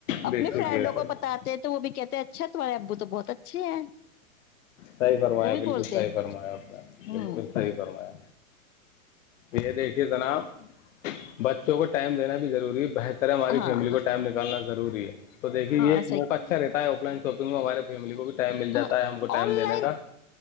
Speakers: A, on the left (about 60°); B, on the left (about 85°).
A: بالکل
B: اپنے فرینڈوں
A: یہ
B: کو
A: سب
B: بتاتے تو وہ بھی کہتے ہیں اچھا تمہارے ابو تو بہت اچھے ہیں
A: صحی فرمایا
B: وہ بھی
A: بالکل
B: بولتے
A: صحیح
B: ہیں
A: فرمایا آپ نے
B: ہ
A: بالکل صحیح فرمایا یہ دیکھیے جناب بچوں کو ٹائم دین بھی ضروری ہے بہتر ہے ہماری
B: ہاں
A: فیملی کو ٹائم کرنا روری ہے تو دیکے یہ
B: ہاں
A: ایک
B: صحیح
A: موقع اچھا رہتا ہے آف لائن شاپنگ میں ہمارے فیملی کو بھی ٹائم مل جا
B: ہاں
A: ہے ہم کو ٹائم
B: آن
A: دینے
B: لائن
A: کا